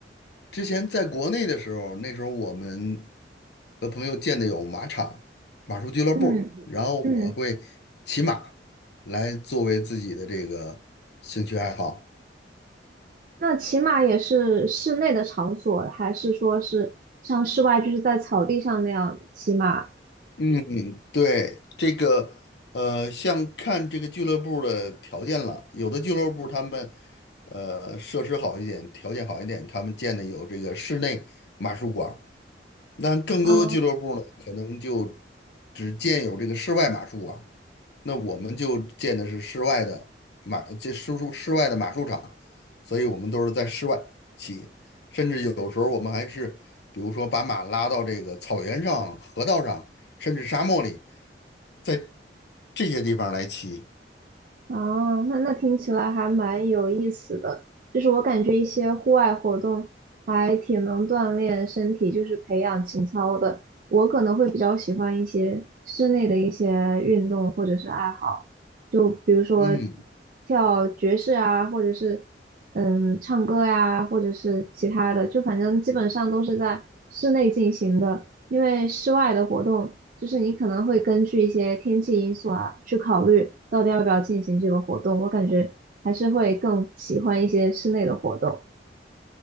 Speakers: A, on the left; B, on the right.
A: 之前在国内的时候，那时候我们和朋友建的有马场、马术俱乐部，
B: 嗯嗯，
A: 然后我会骑马来作为自己的这个兴趣爱好。
B: 那骑马也是室内的场所，还是说是像室外就是在草地上那样骑马？
A: 嗯，对，这个呃，像看这个俱乐部的条件了，有的俱乐部他们呃设施好一点，条件好一点，他们建的有这个室内马术馆儿，那更多的俱乐部呢，
B: 啊
A: 可能就只建有这个室外马术馆那我们就建的是室外的马，这室术室外的马术场，所以我们都是在室外骑，甚至有时候我们还是，比如说把马拉到这个草原上、河道上，甚至沙漠里，在这些地方来骑。
B: 哦，那那听起来还蛮有意思的。就是我感觉一些户外活动还挺能锻炼身体，就是培养情操的。我可能会比较喜欢一些室内的一些运动或者是爱好。就比如说
A: 嗯，
B: 跳爵士啊，或者是嗯唱歌呀、或者是其他的，就反正基本上都是在室内进行的，因为室外的活动，就是你可能会根据一些天气因素啊，去考虑到底要不要进行这个活动。我感觉还是会更喜欢一些室内的活动。